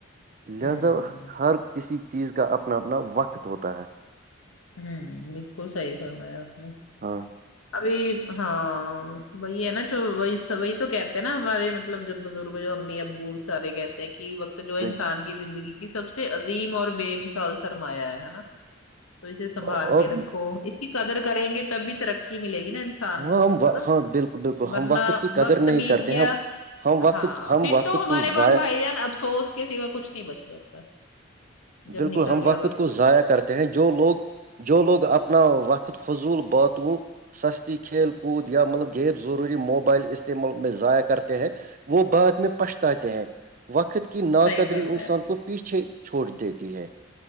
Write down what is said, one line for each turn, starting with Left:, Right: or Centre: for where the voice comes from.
Right: لہذا
Left: ہوں
Right: ہر کسی چیز کا اپنا اپنا وقت ہوتا ہے
Left: ہوں بالکل صحیح فرمایا اپ نے
Right: ہاں
Left: ابھی ہاں وہی ہے نا جو وہی وہی تو کہتے ہیں نا ہمارے مطلب جو بزرگ جو امی ابو سار کہتے ہیں کہقت جو
Right: صحیح
Left: انسان کی زندگی کی سب سے عظیم اور بے مثال سرمایہ ہے ہے نا تو اسے سنبھال
Right: اور
Left: کے رکھو اس کی قدر کریں گے تب بھی ترقی ملے گی نا کسان
Right: ہاں
Left: کو
Right: ہم
Left: ہے نا
Right: ہاں بالکل بالکل
Left: ورنہ
Right: ہم وقت کی قدر
Left: وقت
Right: نہیں
Left: بیت
Right: کرتے
Left: گیا
Right: ہیں ہم وقت
Left: ہاں
Right: ہم
Left: پھر
Right: وقت
Left: تو ہمارے
Right: کو ضائع
Left: پاس بھائی جان افسوس کے سوا کچھ نہیں بچ جاتا جب
Right: بالکل
Left: نکل
Right: ہم
Left: گیا
Right: وقت کو ضائع کرتے ہیں جو لوگ جو لوگ اپنا وقت فضول باتوں سستی کھیل کود یا مطلب غیر ضروری موبائل استعمال میں ضائع کرتے ہیں وہ بعد میں پچتاتے ہیں وقت ناقدری
Left: صحیح فرمایا
Right: انسان کو پیچھے چھو دیتی ہے